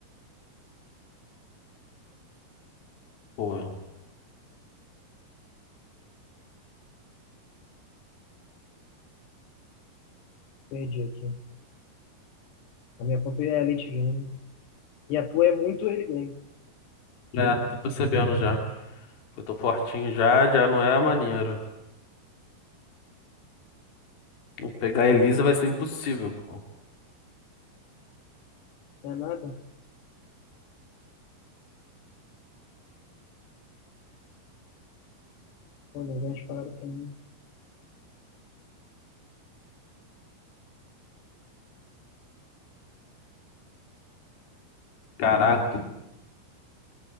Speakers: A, on the left; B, on the left.
A: Foi.
B: Perdi aqui. A minha conta é Elite Game. E a tua é muito early game.
A: É, tô percebendo já. Eu tô fortinho já, já não é maneiro. Vou Pegar a Elisa vai ser impossível, pô.
B: Não é nada? Pô, não vem as paradas pra mim.
A: Caraca.